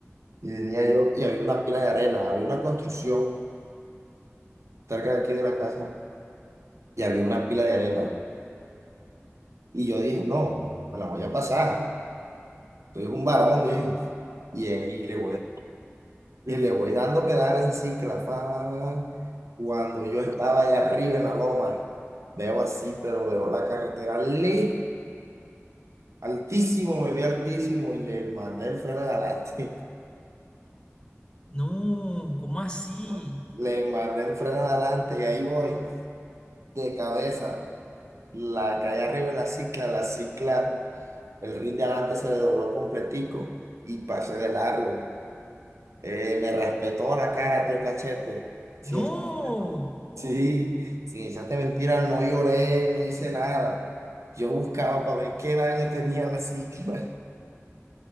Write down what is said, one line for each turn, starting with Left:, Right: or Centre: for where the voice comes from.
Right: Y venía yo, y había una pila de arena, había una construcción cerca de aquí de la casa, y había una pila de arena. Y yo dije, no, no, me la voy a pasar. Soy un varón, dije. Y, ahí le voy, y le voy dando pedales así, que la fa- Cuando yo estaba allá arriba en la loma, veo así, pero veo la carretera ley, altísimo, me vi altísimo y le mandé el freno de adelante.
Left: No, ¿cómo así?
Right: <laughs> Le mandé el freno de adelante y ahí voy, de cabeza. La calle arriba de la cicla, la cicla, el rin de adelante se le dobló completico y pasé de largo. Eh, me raspé toda la cara, todo el cachete. Sin,
Left: No,
Right: <laughs> sí, sin echarte mentira, no lloré, no hice nada. Yo buscaba para ver qué daño tenía la psiquis. <laughs>